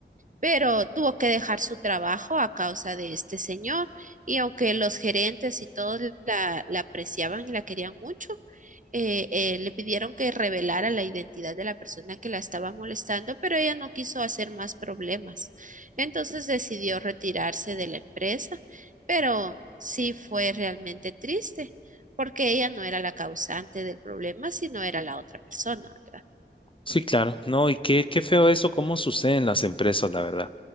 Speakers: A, on the right; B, on the left.
A: pero tuvo que dejar su trabajo a causa de este señor y aunque los gerentes y todos la, la apreciaban y la querían mucho, eh, eh, le pidieron que revelara la identidad de la persona que la estaba molestando, pero ella no quiso hacer más problemas. Entonces decidió retirarse de la empresa, pero sí fue realmente triste porque ella no era la causante del problema, sino era la otra persona, ¿verdad?
B: Sí, claro. No, y qué, qué feo eso, cómo sucede en las empresas, la verdad.